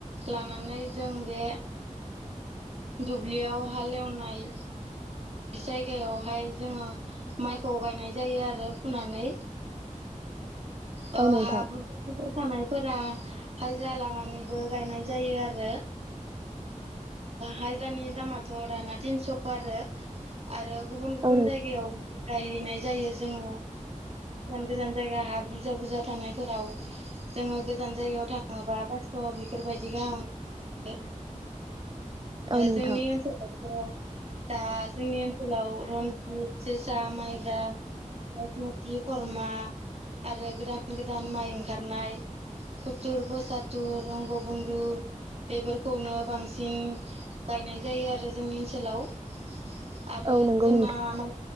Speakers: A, on the right; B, on the right.
A: लानानै जों बे दुब्लियाव हालेवनाय जायगायावहाय जोङो माइखौ गायनाय जायो आरो फुनानै। अ
B: औ नोंथां
A: हाब बा बुरजा थानायफोरा हाजिरा लानानैबो गायनाय जायो आरो हाजिरानि दामाथ' दाना थिनस' आरो आरो गुबुन गुबुन
B: औ नों
A: जायगायाव माइ गायहैनाय जायो जोङो गोजान गोजान जायगा हा बुरजा बुरजा थानायफोराव जोङो गोजान जायगायाव थाङोबा पास्स' बेफोरबायदि गाहाम
B: औ नोंथां
A: जोंनि ओनसोलावथ' दा जोंनि ओनसोलाव रनजित जोसा मायब्रा बासमति खरमा आरो गोदान गोदान माइ ओंखारनाय खुथुर फसाथुर रंग' बन्न्दु बेफोरखौनो बांसिन गायनाय जायो आरो जोंनि ओनसोलाव। आरो
B: औ नंगौ
A: जोंना
B: नोंथां
A: मा